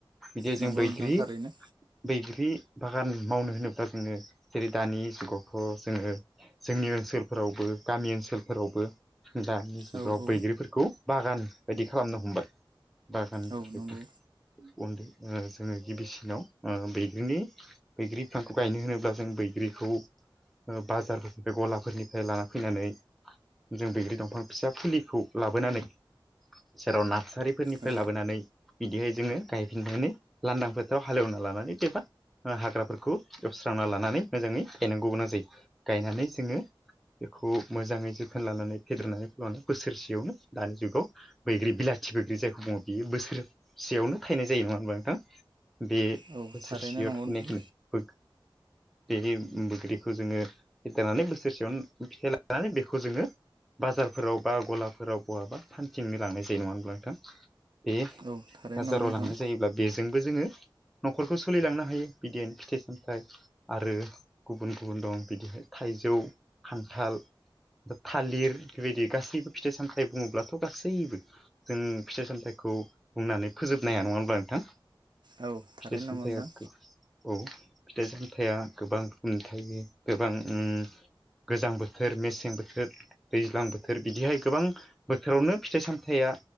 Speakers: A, in the centre; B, on the right.
A: बिदि
B: नंगौ
A: जों बैग्रि
B: नोंथां थारैनो
A: बै ग्रि बागान मावनो होनोब्ला जोङो जेरै दानि जुगावथ' जोङो जोंनि ओनसोलफोरावबो गामि ओनसोलफोरावबो दानि जुगाव
B: औ औ
A: बैग्रिफोरखौ बागान बायदि खालामनो हमबाय बागानफोरबायदि।
B: औ नंगौ
A: उन्दै ओ जोङो गिबिसिनाव ओ बैग्रिनि बैग्रि बिफांखौ गायनो होनोब्ला जों बै ग्रिखौ ओ बाजारफोरनिफ्राय गलाफोरनिफ्राय लाना फैनानै- जों बैग्रि दंफां फिसा फुलिखौ लाबोनानै! जेराव नातसारिफोरनिफ्राय
B: औ
A: लाबोनानै! बिदिहाय जोङो गायफिननानै लानदां फोथाराव हालेवना लानानै एबा- ओ हाग्राफोरखौ एवस्रांना लानानै मोजाङै गायनांगौ गोनां जायो। गायनानै जोङो बेखौ मोजाङै जोथोन लानानै फेदेरनानैखौ लानो बोसोरसेयावनो दानि जुगाव बैग्रि बिलाथि बैग्रि जायखौ दङ, बियो बोसोरसेयावनो थायनाय जायो नङा होनबा नोंथां? बे
B: औ
A: बोसोरसेयाव
B: थारैनो नंगौ
A: थायनायखौनो
B: नोंथां
A: बेदि बोग्रिखौ जोङो फेदेरनानै बोसोरसेयावनो फिथाइ लानानै बेखौ जोङो बाजारफोराव बा गलाफोराव बहाबा फान्थिंनो लांनाय जायो नङा होनब्ला नोंथां? बे
B: औ थारैनो
A: बाजाराव
B: नंगौ नोंथां
A: लांनाय जायोब्ला बेजोंबो जोङो! न'खरखौ सोलिलांनो हायो बिदिन फिथाइ-सामथायाइ आरो गुबुन-गुबुन दं बिदिहाय। थाइजौ, खान्थाल। था-थालिर बेबायदि गासैबो फिथाइ-सामथायाइ बुङोब्लाथ' गासैबो जों फिथाइ-सामथायखौ खौ बुंनानै फोजोबनो हाया नङा होनब्ला नोंथां?
B: औ थारैनो
A: फिथाइ-सामथाइ
B: नंगौ नोंथां
A: आ गो औ फिथाइ-सामथाया गोबां रोखोमनि थायो गोबां उम गोजां बोथोर मेसें बोथोर दैज्लां बोथोर बिदिहाय गोबां बोथोरावनो फिथाइ-सामथाइ। बेया